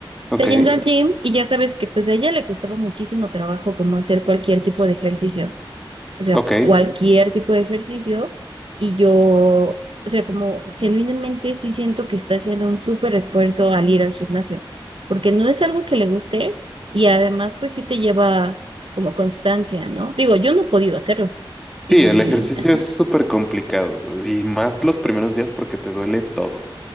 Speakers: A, on the right (about 70°); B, in the centre.
A: está
B: ok,
A: yendo al gym y ya sabes que pues a ella le costaba muchísimo trabajo como hacer cualquier tipo de ejercicio, o sea,
B: ok.
A: cualquier tipo de ejercicio. Y yo, o sea, como genuinamente sí siento que está haciendo un súper esfuerzo al ir al gimnasio, porque no es algo que le guste y además pues sí te lleva como constancia, ¿no? Digo, yo no he podido hacerlo.
B: Sí,
A: Y,
B: el ejercicio
A: Sí. ajá.
B: es súper complicado y más los primeros días porque te duele todo.